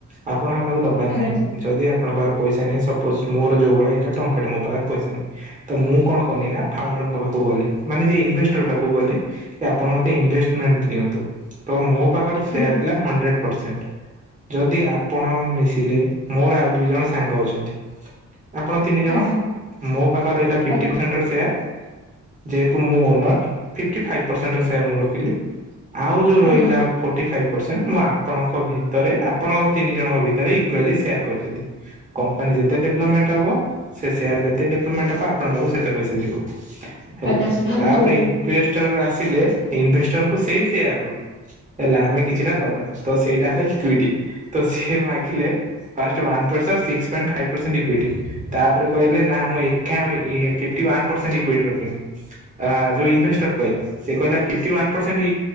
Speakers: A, on the right; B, on the left.
A: ଆପଣ ଆଉ କହାକୁ ଦବାର
B: ଆଜ୍ଞା
A: ନାହିଁ
B: ସାର୍
A: ଯଦି ଆପଣଙ୍କ ପଇସା ନାହିଁ ସୋପୋଜ ମୋର ଯୋଉଳି ଏଇ ଟଙ୍କାଟେ ମୋ ପାଖରେ ପଇସା ନାହିଁ। ତ ମୁଁ କଣ କନି ନା ଫାଉଣ୍ଡରଙ୍କ ପାଖକୁ ଗଲି ମାନେ ଯିଏ ଇନଭେଷ୍ଟର ପାଖକୁ ଗଲି ଆପଣ ମୋତେ ଇନଭେଷ୍ଟମେଣ୍ଟ ଦିଅନ୍ତୁ ତୋ ମୁଁ ପାଖରେ ସେ
B: ଆଜ୍ଞା
A: ଥିଲା ହଣ୍ଡେ ପରସେଣ୍ଟ ଯଦି ଆ ଆପଣ ମିଶିଲେ ମୋର ଆଉ ଦୁଇ ଜଣ ସାଙ୍ଗ ଅଛନ୍ତି ଆପଣ ତିନି ଜଣ
B: ଆଜ୍ଞା
A: ମୋ ପାଖରେ ରହିଲା ଫିଫ୍ଟି
B: ଆଜ୍ଞା
A: ପରସେଣ୍ଟ ର ସେୟାର ଯେହେତୁ ମୋ ଓନର୍ ଫିଫ୍ଟି ପରସେଣ୍ଟ ସେୟାର ମୁଁ ରଖିଲି ଆଉ ଯୋଉ ରହିଲା
B: ଆଜ୍ଞା
A: ଫୋଟି ଫାଇପ୍ ପରସେଣ୍ଟ ମୁଁ ଆପଣଙ୍କ ଭିତରେ ଆପଣଙ୍କ ତିନି ଜଣଙ୍କ ଭିତରେ ଇକ୍ୱାଲି ସେୟାର୍ କରିଦେଲି। କମ୍ପାନୀ ଯେତେ ଡେଭଲପମେଣ୍ଟ ହବ ସେ ସେୟାର ଯେତେ ଡେଭଲପମେଣ୍ଟ ହେବ ଆପଣ ପାଖକୁ ସେତେ ପଇସା ଯିବ ହେଲା
B: ଆଜ୍ଞା ସାର୍ ମୁଁ
A: ତାପରେ
B: ବୁଝିଗଲି
A: ହିଁ ପେଷ୍ଟରେ ଆସିଲେ ଇନଭେଷ୍ଟରଙ୍କୁ ସେଇ ସେୟାର ରୁ ହେଲା ଆମେ କିଛିଟା ଦବା ତ ସେଇଟା ହେଲା ଟୁଇଟି ତ ସିଏ ମାଗିଲେ first one percent six point five percent equity ତାପରେ କହିଲେ ମୁଁ ଏକା ଇ ଫିଫ୍ଟି ୱାନ ଇୱାଇଟି ରଖିନି ଯୋଉ ଇନଭେଷ୍ଟର କହିଲା। ସେ କହିଲା ଫିଫ୍ଟି